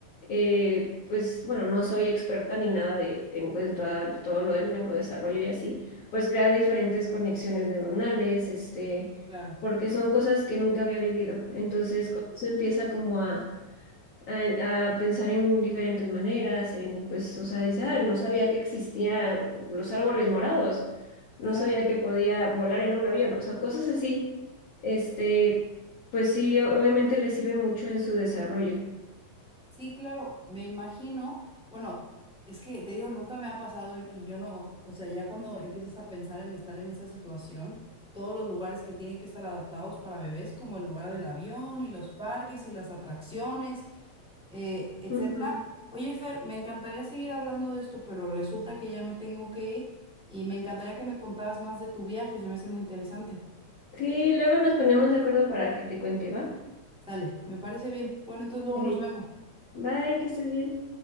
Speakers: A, on the left; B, in the centre.
A: eh, pues bueno, no soy experta ni nada de en cuanto a todo lo del neurodesarrollo y así, pues crea diferentes conexiones neuronales, este,
B: claro.
A: porque son cosas que nunca había vivido. Entonces con eso empieza como a en- a pensar en diferentes maneras, en, pues, o sea, dice, ah, no sabía que existían los árboles morados, no
B: Ajá.
A: sabía que podía volar en un avión, o sea, cosas así, este, pues sí, o- obviamente le sirve mucho en su desarrollo.
B: Sí, claro, me imagino, bueno, es que te digo, nunca me ha pasado y y yo no, o sea, ya cuando empiezas a pensar en estar en esa situación, todos los lugares que tienen que estar adaptados para bebés, como el lugar del avión y los parques y las atracciones, eh, etcétera.
A: Ujú.
B: Oye, Fer, me encantaría seguir hablando de esto, pero resulta que ya me tengo que ir y me encantaría que me contaras más de tu viaje, se me hace muy interesante.
A: Sí, luego nos ponemos de acuerdo para que te cuente, ¿va?
B: Sale, me parece bien. Bueno, entonces luego
A: Muy
B: nos
A: bien.
B: vemos.
A: Bye, que estés bien.